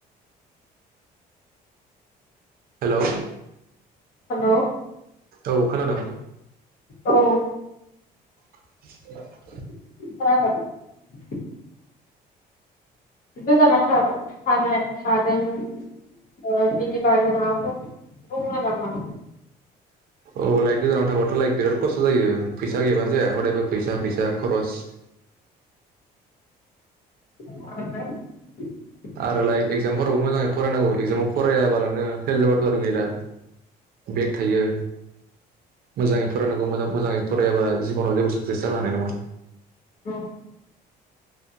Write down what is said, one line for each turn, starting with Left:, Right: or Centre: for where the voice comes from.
Right: हेलौ
Left: हेल'
Right: औ खोनादों।
Left: औ
Right: <inaudible>
Left: <unintelligible> गोजानाव थाबा थाने थादों बिनि बारै माबाफोर दङ नामा?
Right: अ लाइक गोजानाव थांबाथ' लाइक बिराद खस्थ' जायो फैसा गैबानो जाया हदायबो फैसा फैसा खरस।
Left: <inaudible>
Right: आरो लाइक इगजामफोरावबो मोजाङै फरायनांगौ एगजामाव फरायाबालानो फेल जाबाथ' आरो गैला बेक थायो मोजाङै फरायनांगौ मोजाङै फरायाबा जिबनाव जेबो साक्सेस जानो हानाय नङा।
Left: औ